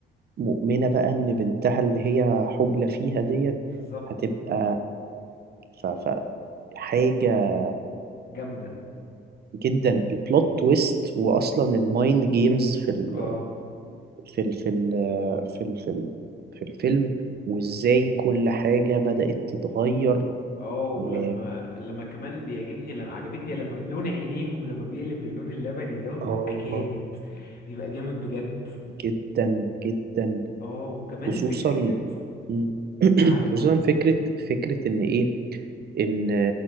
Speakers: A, on the right; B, on the left.
A: مؤمنة بقى ان بنتها اللي هي حبلى فيها ديت
B: بالظبط
A: هتبقى ف ف حاجة
B: جامده
A: جدا البلوت تويست واصلا المايند جيمز في ال
B: اه
A: في ال في ال في ال في ال في الفيلم وازاي كل حاجة بدأت تتغير
B: اه ولما
A: و
B: لما كمان بيعجبني لما عجبتني لما لون عينيهم لما بيقلب للون اللبني دوت بيبقى
A: اه
B: جامد بيبقى جامد بجد
A: جدا جدا
B: اه وكمان
A: خصوصا
B: في اكيد
A: مم. <clears throat>
B: معاك
A: خصوصا
B: معاك
A: فكرة فكرة ان ايه ان